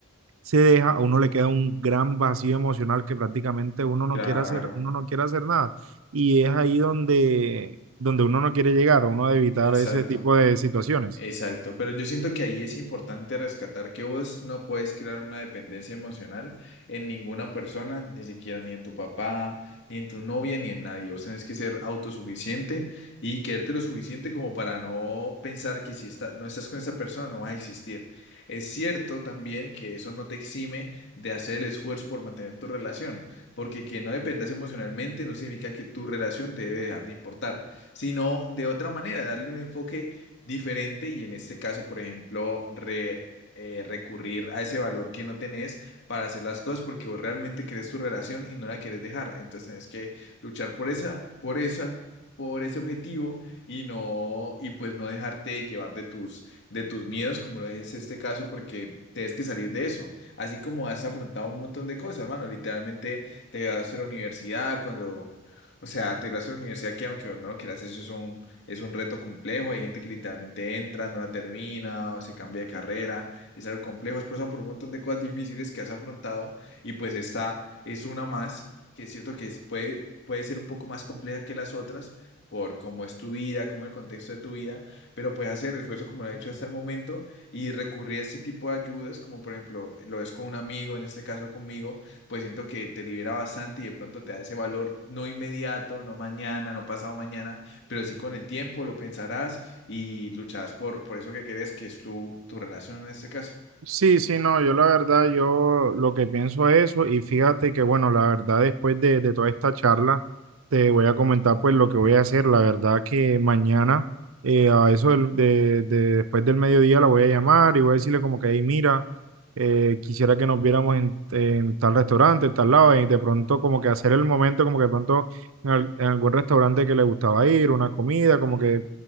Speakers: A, on the right (about 75°); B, on the left (about 60°).
A: se deja, a uno le queda un gran vacío emocional que prácticamente uno no
B: Claro,
A: quiere hacer, uno no quiere hacer nada. Y es ahí donde, donde uno no quiere llegar, uno debe evitar
B: exacto.
A: ese tipo de situaciones.
B: Exacto, pero yo siento que ahí es importante rescatar que vos no puedes crear una dependencia emocional en ninguna persona, ni siquiera ni en tu papá, ni en tu novia, ni en nadie. Vos tenés que ser autosuficiente y quererte lo suficiente como para no pensar que si está- no estás con esa persona no vas a existir. Es cierto también que eso no te exime de hacer el esfuerzo por mantener tu relación, porque que no dependas emocionalmente no significa que tu relación te debe dejar de importar, sino de otra manera, darle un enfoque diferente y en este caso, por ejemplo, re- eh, recurrir a ese valor que no tenés para hacer las cosas porque vos realmente querés tu relación y no la querés dejar. Entonces tenés que luchar por esa, por esa, por ese objetivo y no, y pues no dejarte llevar de tus, de tus miedos, como lo es este caso, porque tienes que salir de eso. Así como has afrontado un montón de cosas, mano, literalmente te graduaste de la universidad cuando... O sea, te graduaste de la universidad que aunque vos no lo quieras, eso es es un reto complejo. Hay gente que literalmente entra, no la termina o se cambia de carrera. Es algo complejo. Después pasan por un montón de cosas difíciles que has afrontado y pues esta es una más, que es cierto que es- puede, puede ser un poco más compleja que las otras por cómo es tu vida, cómo es el contexto de tu vida, pero puedes hacer el esfuerzo como lo has hecho hasta el momento y recurrir a este tipo de ayudas, como por ejemplo lo es con un amigo, en este caso conmigo, pues siento que te libera bastante y de pronto te da ese valor no inmediato, no mañana, no pasado mañana, pero sí con el tiempo lo pensarás y lucharás por, por eso que querés, que es tu, tu relación en este caso.
A: Sí, sí, no, yo la verdad, yo lo que pienso es eso y fíjate que bueno, la verdad después de, de toda esta charla te voy a comentar pues lo que voy a hacer, la verdad que mañana eh, a eso del- de, de- después del mediodía la voy a llamar y voy a decirle como que ahí mira, eh, quisiera que nos viéramos en, en tal restaurante, en tal lado y de pronto como que hacer el momento como que de pronto en, al- en algún restaurante que le gustaba ir, una comida,
B: Ujú.
A: como que